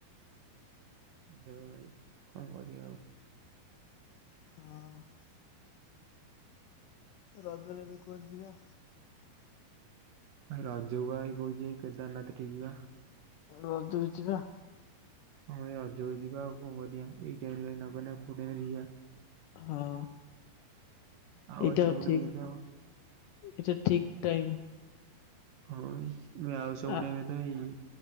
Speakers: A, on the right (about 70°); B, on the left (about 80°).
A: ଭାଇ କଣ କରିବା ଆଉ?
B: ହଁ। ରଜରେ ବି କୁଆଡେ଼ ଯିବା?
A: ଭାଇ ରଜକୁ ଭାଇ କହୁଛି କେଦାରନାଥ ଟିକେ ଯିବା।
B: ରଜକୁ ଯିବା?
A: ହମ ଏଇ ରଜକୁ ଯିବା ଆଉ କଣ କରିବା ଏଇ ଟାଇମ ରେ ନଗଲେ ଆଉ କୋଉ ଟାଇମ ରେ ଯିବା
B: ହଁ
A: ଆଉ ଭାଇ
B: ଏଇଟା
A: ସବୁ
B: ଠିକ।
A: ଟାଇମରେ ତ
B: ଏଇଟା ଠିକ ଟାଇମ।
A: ହଁ ଆଉ ସବୁ
B: ଆ
A: ଟାଇମ ଇ